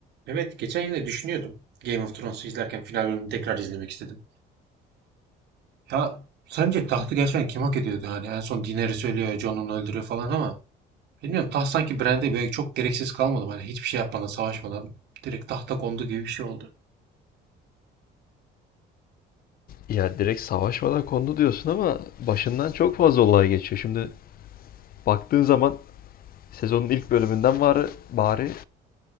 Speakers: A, on the right; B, on the left.
A: Evet, geçen yine düşünüyordum. Game of Thrones'u izlerken final bölümünü tekrar izlemek istedim. Ya sence tahtı gerçekten kim hak ediyordu hani en son Daenerys ölüyor, Jon onu öldürüyor falan ama bilmiyorum taht sanki Bran'de böyle çok gereksiz kalmadı mı? hani hiçbir şey yapmadan savaşmadan direkt tahta kondu gibi bir şey oldu.
B: Ya direkt savaşmadan kondu diyorsun ama başından çok fazla olay geçiyor. Şimdi baktığın zaman sezonun ilk bölümünden bari, bari e,